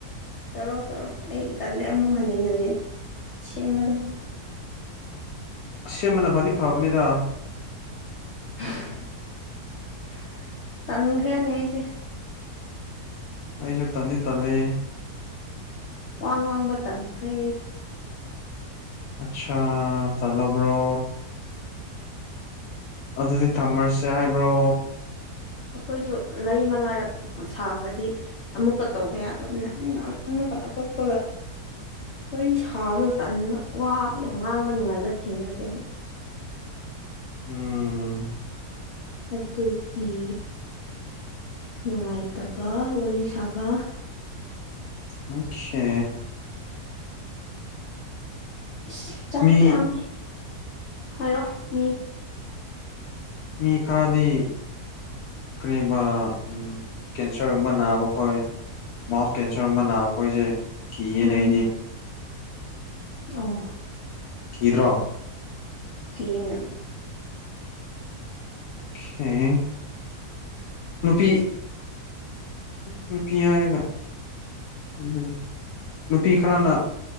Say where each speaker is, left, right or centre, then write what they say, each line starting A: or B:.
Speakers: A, on the left; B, on the left.
A: ꯇꯧꯔꯣ ꯇꯧꯔꯣ ꯑꯩ ꯇꯜꯂꯦ ꯑꯃꯨꯛ ꯍꯟꯖꯤꯟ ꯍꯟꯖꯤꯟ ꯁꯦꯝꯕꯗꯣ
B: ꯑꯁꯦꯝꯕꯅ ꯐꯗꯤ ꯐꯕꯅꯤꯗꯥ
A: <unintelligible> ꯇꯟꯈ꯭ꯔꯅꯦ ꯑꯩꯁꯦ
B: ꯑꯩꯁꯨ ꯇꯟꯗꯤ ꯇꯜꯂꯦ
A: ꯋꯥ ꯉꯥꯡꯕ ꯇꯟꯈ꯭ꯔꯦ
B: ꯑꯠꯁꯥ ꯇꯜꯂꯕ꯭ꯔꯣ ꯑꯗꯨꯗꯤ ꯊꯝꯔꯁꯦ ꯍꯥꯏꯕ꯭ꯔꯣ
A: ꯑꯈꯣꯏꯁꯨ ꯃꯔꯤ ꯃꯉꯥꯔꯛ <unintelligible> ꯁꯥꯈ꯭ꯔꯗꯤ ꯑꯃꯨꯛꯀ ꯇꯧꯕ ꯌꯥꯗꯕꯅ ꯑꯩꯅ ꯑꯃꯨꯛꯀ ꯑꯇꯣꯞꯄꯒ ꯋꯥꯔꯤ ꯁꯥꯕꯗꯣ ꯇꯟꯕ ꯋꯥ ꯌꯥꯝ ꯉꯥꯡꯕ ꯅꯨꯡꯉꯥꯏꯕ ꯊꯦꯡꯅꯗꯦꯕ
B: ꯎꯝ
A: ꯑꯗꯨꯒꯤ ꯅꯨꯡꯉꯥꯏꯇꯕ ꯋꯥꯔꯤ ꯁꯥꯕ
B: ꯑꯣꯡꯈꯦ
A: ꯑꯁ ꯆꯥꯛꯇꯣ
B: ꯃꯤ
A: ꯌꯥꯝ ꯍꯥꯏꯔꯣ ꯃꯤ
B: ꯃꯤ ꯈꯔꯗꯤ ꯀꯔꯤꯕꯥ ꯎꯝ ꯀꯦꯟꯁꯔꯒꯨꯝꯕ ꯅꯥꯕꯈꯣꯏ ꯃꯥꯎꯠ ꯀꯦꯟꯁꯔ ꯒꯨꯝꯕ ꯅꯥꯕ ꯈꯣꯏꯁꯦ ꯀꯤꯌꯦꯅꯦ
A: ꯎꯝ
B: ꯑꯩꯗꯤ
A: ꯑꯣ
B: ꯀꯤꯗ꯭ꯔꯣ
A: ꯀꯤꯌꯦꯅ
B: ꯍꯦꯡ ꯅꯨꯄꯤ ꯎ ꯅꯨꯄꯤ ꯍꯥꯢꯔꯒ ꯑꯗꯨꯅꯤ ꯅꯨꯄꯤ ꯈꯔꯅ